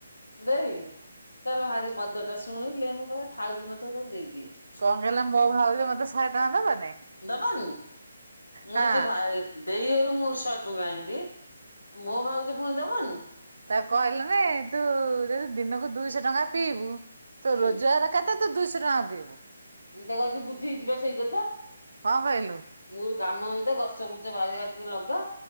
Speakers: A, on the left; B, on the right.
A: ଦେଇ ତାର ହାରି ପଦଟା ଶୁଣିଲେ ମୁଁ କହେ ଥାଉ କି ନ ଥାଉ ତାକୁ ଦେଇଦିଏ।
B: କଣ କହିଲେ ମୋ ଭାଉଜ ମତେ ଶହେ ଟଙ୍କା ଦବନି।
A: ଦବନି। ମୁଁ
B: ହଁ
A: ଆଜି ଭାଇ ଦେଇ ହରୁ ମୁଁ ଶହେ ଟଙ୍କା ଆଣିଲି ମୋ ଭାଉଜ ଫୁଣି ଦବନି।
B: ତା କହିଲୁନି ତୁ ଯଦି ଦିନକୁ ଦୁଇଶ ଟଙ୍କା ପିଇବୁ ତୁ
A: ହୁଁ
B: ରୋଜଗାର କତେ ତୁ ଦୁଇଶ ଟଙ୍କା ପିଇବୁ?
A: ମୁଁ ତାକୁ ଆଜି ବୁଝେଇଚି ପା ସେଇ କଥା।
B: କଣ କହିଲୁ?
A: ମୁଁ କଲି ଗାମ ଅନ୍ଦେ ଗଛ ଫଛ ବାରିଆଡେ ଟିକେ ଲଗା